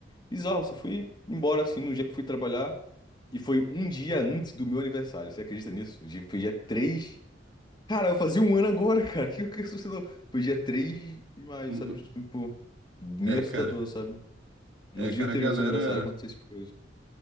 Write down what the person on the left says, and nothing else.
bizarro, só fui embora assim no dia que fui trabalhar. E foi um dia antes do meu aniversário. Você acredita nisso? Dia- Foi dia 3. Cara, vai fazer um ano agora, cara. O que, que assustador? Foi dia 3 de maio,
sabe?
Tipo, meio
assustador,
sabe? No
dia
anterior
do seu aniversário aconteceu esse tipo de coisa.